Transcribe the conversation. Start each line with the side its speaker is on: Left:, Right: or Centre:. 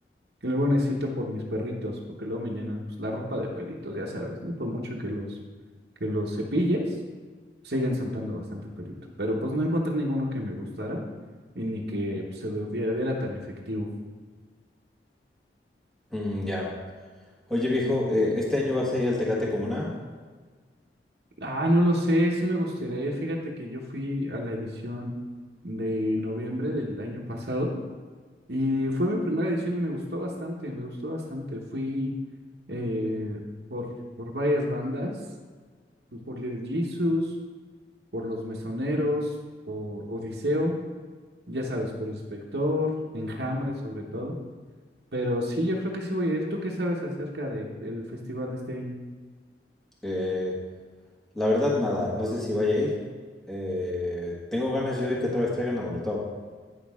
Right: que luego necesito por mis perritos, porque luego me llenan pues, la ropa de perritos, ya sabes, ¿no? Por mucho que los, que los cepilles, siguen saltando bastante pelito. Pero pues no encontré ninguno que me gustara y ni que pues, se ve- viera viera tan efectivo.
Centre: Mm, ya. Oye viejo, eh, ¿este año vas a ir al Tecate Comuna?
Right: Ah, no lo sé, sí me gustaría ir. Fíjate que yo fui a la edición de noviembre del año pasado y fue mi primera edición y me gustó bastante, me gustó bastante. Fui eh, por, por varias bandas, fui por Little Jesus, por Los Mesoneros, por Odiseo, ya sabes, por Inspector, Enjambre sobre todo. Pero sí, yo creo que sí voy a ir. ¿Tú qué sabes acerca de- del festival de este año?
Centre: Eh, la verdad, nada, no sé si vaya a ir. Eh, tengo ganas yo de que otra vez traigan a Molotov.